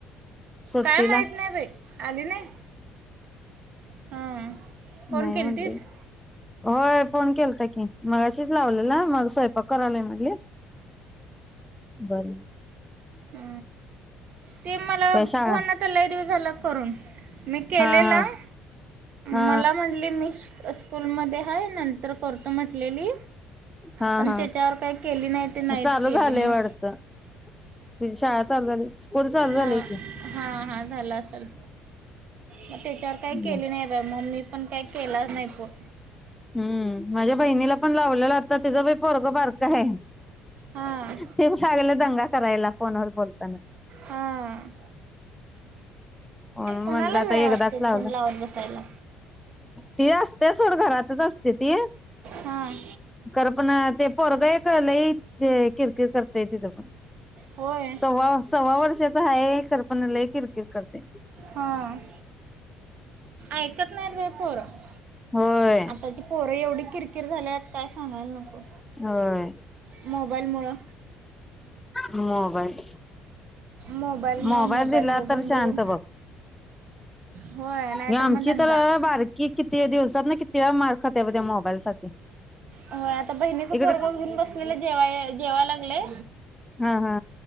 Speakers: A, in the centre; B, on the right.
A: सुट्टीला
B: काय माहित नाही बाई. आली नाही? हा. फोन
A: नाही
B: केलतीस.
A: म्हंटली होय फोन केलता की. मगाशीच लावलेला मग स्वयंपाक करायलोय म्हणली. बर.
B: ह. ते मला
A: काय शाळा
B: फोन आता लई दिवस झालं करून मी केलेलं
A: हा हा हा
B: मला म्हटली मी स्कूलमध्ये हाय नंतर करतो म्हंटलेली.
A: हा
B: पण
A: हा
B: त्याच्यावर काय केली नाही ते नाहीच
A: चालू
B: केली
A: झालंय
B: मग.
A: वाटतं तुझी शाळा चालु झाली. स्कूल चालू
B: हा
A: झालंय
B: हा हा झाला असलं. मग त्याच्यावर
A: की
B: काय केले नाही बाई मग मी पण काय केलाच नाही फोन.
A: हम्म माझ्या बहिणीला पण लावलेला, आत्ता तिचं बी पोरगं बारकं हाय.
B: हां
A: ते सांगाले दंगा करायला फोनवर बोलताना.
B: हां
A: होण
B: कोणाला
A: म्हणलं आता
B: वेळ असते
A: एकदाच लावला
B: फोन लावत बसायला
A: ती असतीया सोड घरातच असते ती
B: हां
A: खर पण ते पोरग एक नाही ते किरकिर करतय तिथं पण
B: होय
A: सव्वा सव्वा वर्षाचा हाये खर पण लय किरकिर करतयं
B: हा ऐकत नाहीत बाई पोरं
A: होय
B: आताची पोरं एवढी किर किर झाल्यात काय सांगायला नको
A: होय
B: मोबाईलमुळं
A: मोबाईल
B: मोबाईलमुळं
A: मोबाईल दिला
B: बघून
A: तर शांत
B: बघून
A: बघ
B: होय नाहीतर
A: ही आमची
B: मग दंगा
A: तर बारकी किती दिवस बघ ना किती वेळा मार खातीया ब त्या मोबाईल साठी
B: होय आता बहिणीचा
A: इकडे
B: पोरग घेऊन बसलेला जेवा जेवा लाग लय
A: हा हा